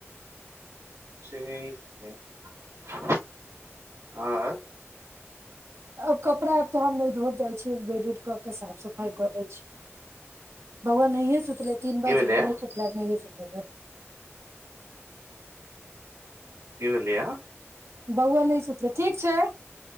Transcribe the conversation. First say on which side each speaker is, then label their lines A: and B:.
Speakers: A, on the right; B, on the right.
A: ठीक छै आंय
B: आब कपड़ा आर तऽ हम नहि धोइब जाइ छियै बेड उड केँ केँ साफ सफाइ कऽ दैत छियै। बौआ नहिए सुत तलै तीन
A: की
B: बाजि
A: भेलै
B: गेलै नहि सुतलै आब नहिये त <inaudible>
A: कि भेलैये
B: बौआ नहि सुतलै ठीक छै